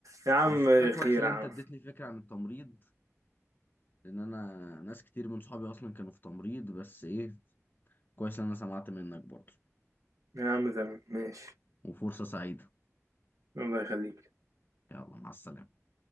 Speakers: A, on the right; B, on the left.
A: يا عم
B: بس والله كويس
A: خير
B: ان
A: يا
B: انت
A: عم
B: اديتني فكرة عن التمريض لان انا ناس كتير من صحابي اصلا كانوا في تمريض بس ايه كويس ان انا سمعت منك برضه
A: يا عم تمام ماشي
B: وفرصة سعيدة
A: الله يخليك
B: يلا مع السلامة